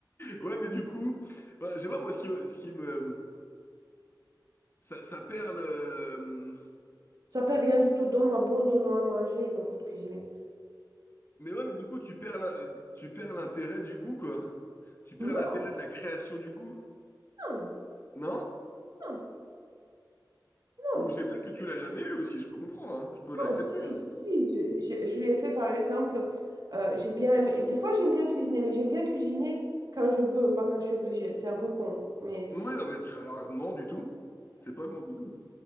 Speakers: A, on the left; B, on the right.
A: Ouais, mais du coup, enfin, je sais pas, moi, ce qui me, ce qui me, ça, ça perd le,
B: Ça paie rien du tout, donne-moi bon, donne-moi à manger, je m'en fous de cuisiner.
A: mais ouais, mais du coup, tu perds, l'in- tu perds l'intérêt du goût, quoi. Tu perds
B: Non,
A: l'intérêt de la création du goût,
B: non,
A: non?
B: non, non.
A: Ou c'est peut-être que tu l'as jamais eu aussi, je peux comprendre, hein. Je peux
B: Non,
A: l'accepter,
B: si,
A: hein.
B: si, si. Je, je, je l'ai fait par exemple. euh, j'ai bien aimé- Des fois, j'aime bien cuisiner, mais j'aime bien cuisiner quand je veux, pas quand je suis obligée. C'est un peu con. Mais
A: Oui, non, mais tu- alors, non, du tout. C'est pas bon du tout.